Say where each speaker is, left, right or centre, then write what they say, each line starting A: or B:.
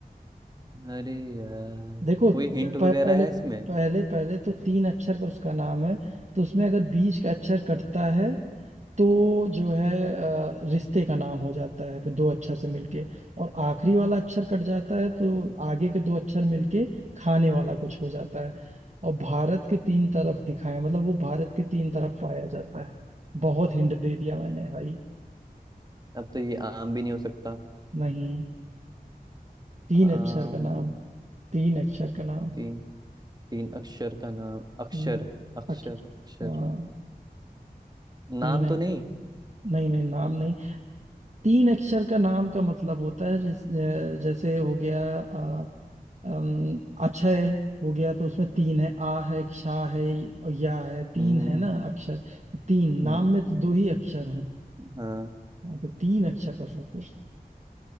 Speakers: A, on the right (about 25°); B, on the right (about 45°).
A: अरे यार
B: देखो त-
A: कोई हिंट
B: प-
A: वगैरह
B: पहले
A: है इसमें
B: पहले पहले तो तीन अक्षर का उसका नाम है तो उसमें अगर बीच का अक्षर कटता है तो जो है अ, रिश्ते का नाम हो जाता है फिर दो अक्षर से मिलके और आखिरी वाला अक्षर कट जाता है तो आगे के दो अक्षर मिलके खाने वाला कुछ हो जाता है और भारत के तीन तरफ दिखाए मतलब वो भारत के तीन तरफ पाया जाता है बहुत हिंट दे दिया मैंने भाई
A: अब तो ये आम भी नहीं हो सकता
B: नहीं तीन
A: आम
B: अक्षर का नाम तीन अक्षर का नाम
A: तीन तीन अक्षर का नाम अक्षर
B: हम्म,
A: अक्षर
B: अक-
A: अक्षर
B: हाँ
A: नाम
B: तीन है
A: तो नहीं
B: नहीं नहीं नाम नहीं तीन अक्षर का नाम का मतलब होता है जिस अ, जैसे हो गया अ, अम, अक्षय हो गया तो उसमें तीन है आ है क्षा है और या है तीन
A: हम्म
B: है
A: हम्म,
B: ना अक्षर तीन नाम
A: हम्म,
B: में तो
A: हम्म।
B: दो ही अक्षर हैं
A: हाँ
B: हाँ, तो तीन अक्षर का सफर